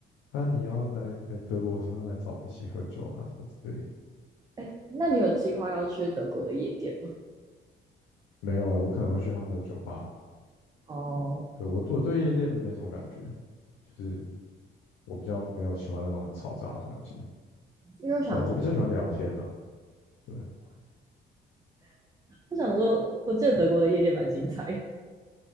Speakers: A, on the left; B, on the right.
A: 啊你要来来德国的时候要来找我一起喝酒啊什么之类的。
B: 哎，那你有计划要去德国的夜店吗？
A: 没有哎、我可能会去他们的酒吧。
B: 哦，
A: 对，我我对夜店没什么感觉，就是我比较没有喜欢那种很嘈杂的环境。
B: 因为我想
A: 对啊，我比较喜欢聊天啦。对，
B: 我想说，我记得德国的夜店蛮精彩的，